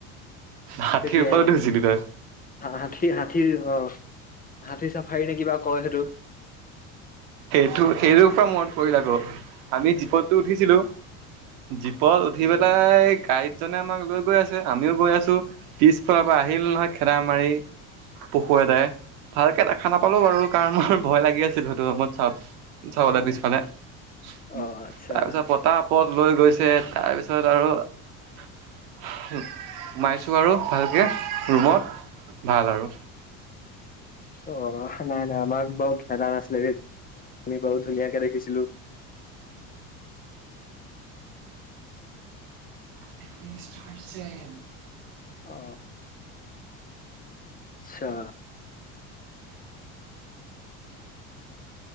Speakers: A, on the right; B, on the left.
A: হাতীৰ
B: তেতিয়াই
A: ওপৰত উছিলি তই,
B: হাতী হাতী অ হাতী চাফাৰী নে কিবা কয় সেইটো
A: টো সেইটো পৰা মনত পৰিল আকৌ আমি জীপতটো উঠিছিলো জীপত উঠি পেলাই গাইডজনে আমাক লৈ গৈ আছে আমিও গৈ আছো। পিছফালৰ পৰা আহিল নহয় খেদা মাৰি পঢহুৱদায় ভালকে দেখা নাপালো বাৰু কাৰণ মোৰ ভয় লাগি আছে সটোত চাব চাবলৈ পিছফালে তাৰ
B: অ আচ্ছা
A: পিছত পতা পত লৈ গৈছে ছে তাৰপিছত আৰু
B: হয়
A: ঁ আৰু ভালকৈ ৰুমত ভাল আৰু
B: অ নাই নাই মাক বহুত খেদা নাছিলে আমি বহুত ধুনীয়াকে দেখিছিলো
A: টিভি ষ্টাৰ্ চণ্
B: অ আচ্ছা